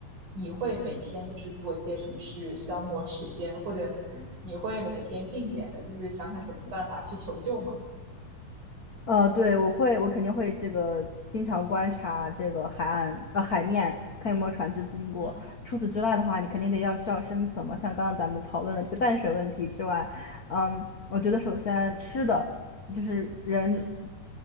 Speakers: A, on the right (about 65°); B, on the left (about 50°).
A: 你会每天就是做一些什么事消磨时间，或者你会每天定点的，就是想想什么办法去求救吗？
B: 呃，对，我会，我肯定会这个经常观察这个海岸呃海面，看有没有船只经过。
A: 嗯
B: 除此之外的话，你肯定得要需要生存嘛，像刚刚咱们讨论的这个淡水问题之外，嗯，我觉得首先吃的就是人。
A: 嗯